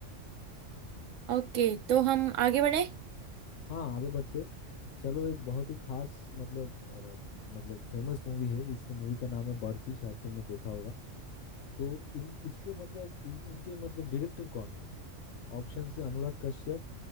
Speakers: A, on the right; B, on the left.
A: ओके तो हम आगे बढ़े
B: हाँ आगे बढ़ते चलो एक बहुत ही खास मतलब अरे, मतलब फेमस मूवी है इसका मूवी का नाम है बर्फी शायद तुमने देखा होगा तो इन इसको मतलब इन, इनके मतलब डायरेक्टर कौन है ऑप्शन से अनुराग कश्यप